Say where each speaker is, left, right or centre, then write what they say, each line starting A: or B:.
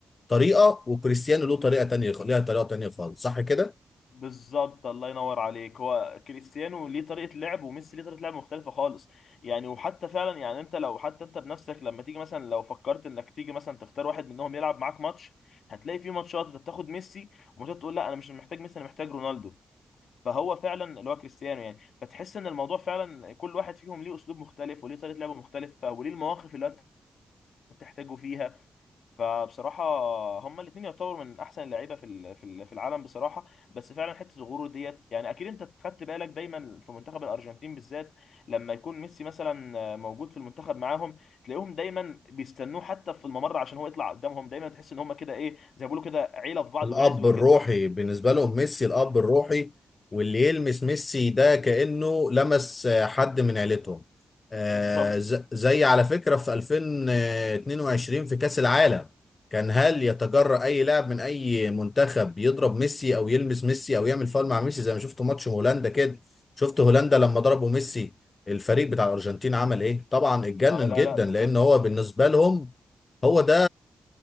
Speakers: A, on the left (about 45°); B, on the left (about 75°).
A: طريقة وكريستيانو له طريقة تانية ليها طريقة تانية خالص صح كده؟
B: بالظبط الله ينور عليك هو كريستيانو ليه طريقه لعب وميسي ليه طريقه لعب مختلفه خالص يعني وحتى فعلا يعني انت لو حتى انت بنفسك لما تيجي مثلا لو فكرت انك تيجي مثلا تختار واحد منهم يلعب معاك ماتش هتلاقي في ماتشات انت بتاخد ميسي وماتشات تقول لا انا مش محتاج ميسي انا محتاج رونالدو فهو فعلا اللي هو كريستيانو يعني فتحس ان الموضوع فعلا كل واحد فيهم ليه اسلوب مختلف وليه طريقه لعب مختلفه وليه المواقف اللي انت بتحتاجه فيها فبصراحة هما الاتنين يعتبروا من أحسن اللعيبة في ال- في ال- في العالم بصراحة بس فعلا حتة الغرور ديت يعني أكيد أنت خدت بالك دايما في منتخب الأرجنتين بالذات لما يكون ميسي مثلا موجود في المنتخب معاهم تلاقيهم دايما بيستنوه حتى في الممر عشان هو يطلع قدامهم دايما تحس إن هما كده إيه زي ما بيقولوا كده عيلة في بعض
A: الاب
B: وعزوة
A: الروحي
B: كده
A: بالنسبه لهم ميسي الاب الروحي واللي يلمس ميسي ده كانه لمس آه، حد من عيلتهم آه،
B: <laughs> بالظبط
A: ز- زي على فكره في 2022 في كاس العالم كان هل يتجرأ اي لاعب من اي منتخب يضرب ميسي او يلمس ميسي او يعمل فاول مع ميسي زي ما شفت ماتش هولندا كده شفت هولندا لما ضربوا ميسي الفريق بتاع الارجنتين عمل ايه طبعا اتجنن
B: آه لا
A: جدا
B: لا ده
A: لان
B: كانت
A: هو بالنسبه لهم هو ده